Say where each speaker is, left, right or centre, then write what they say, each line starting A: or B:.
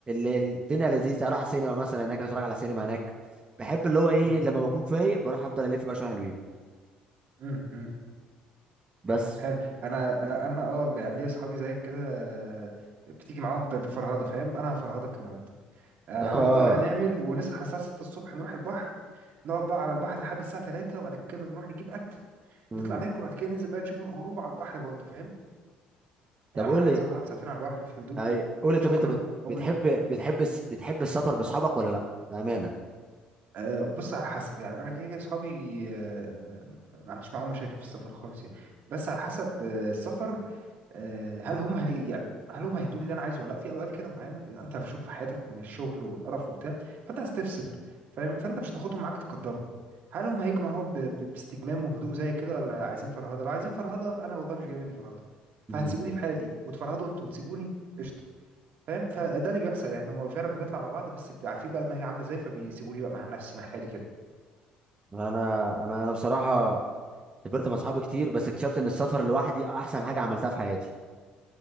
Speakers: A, on the right; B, on the right.
A: الدنيا لذيذة أروح سينما مثلا هناك أتفرج على سينما هناك بحب اللي هو إيه
B: امم
A: لما بكون فايق بروح أفضل ألف بقى شوية حلوين
B: امم امم
A: بس
B: حلو أنا أنا اه يعني ليا أصحابي زيك كده آه، بتيجي معاهم ب- بفرهدة فاهم أنا هفرهدك النهاردة آه،
A: آه
B: هنروح بقى نعمل ونصحى الساعة 6 الصبح نروح البحر نقعد بقى على البحر لحد الساعة 3 وبعد كده نروح نجيب أكل
A: مم.
B: نطلع ناكل وبعد كده ننزل بقى نشوف الغروب على البحر برضه فاهم
A: طب
B: يا عم
A: قول
B: أنا عايز
A: لي
B: أروح أقعد ساعتين على البحر في هدوء
A: أي قول لي
B: شكرا
A: طب أنت بت-
B: ومش
A: بتحب بتحب الس- بتحب السفر بأصحابك ولا لأ؟ بأمانة
B: أه بص على حسب يعني أنا كده كده أصحابي أه ما عنديش معاهم مشاكل في السفر خالص يعني بس على حسب آه، السفر آه، هل هم هي يعني هل هم هيدوا لي اللي انا عايزه ولا لا في اوقات كده معينه بيبقى انت مفشوخ في حياتك من الشغل والقرف وبتاع فانت هتستفسر فاهم فانت مش هتاخدهم معاك تقدرهم هل هم هيجوا معاهم ب- ب- باستجمام وهدوء زي كده ولا عايزين فرهده لو عايزين فرهده انا والله مش جاي مني فرهده
A: مم.
B: فهتسيبوني في حالي وتفرهدوا انتوا وتسيبوني قشطه فاهم فده اللي بيحصل يعني هم فعلا بنطلع مع بعض بس بيبقى عارفين بقى دماغي عامله ازاي فبيسيبوني بقى مع نفسي مع حالي كده
A: انا انا انا بصراحه سافرت مع اصحابي كتير بس اكتشفت ان السفر لوحدي احسن حاجه عملتها في حياتي